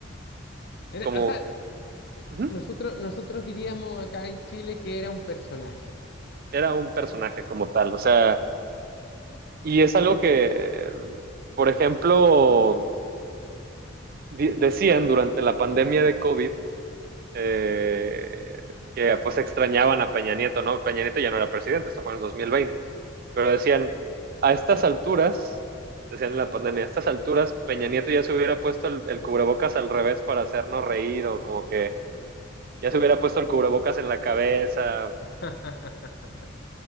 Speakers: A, on the left; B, on the right.
A: Era-
B: como,
A: o sea,
B: ujú,
A: nosotros, nosotros diríamos acá en Chile que era un personaje.
B: era un personaje como tal, o sea, y es algo que, eh, por ejemplo, di- decían durante la pandemia de COVID, eh, que pues extrañaban a Peña Nieto, ¿no? Peña Nieto ya no era presidente, esto fue en el 2020, pero decían, a estas alturas, decían en la pandemia, a estas alturas Peña Nieto ya se hubiera puesto el, el cubrebocas al revés para hacernos reír o como que ya se hubiera puesto el cubrebocas en la cabeza,
A: <laughs>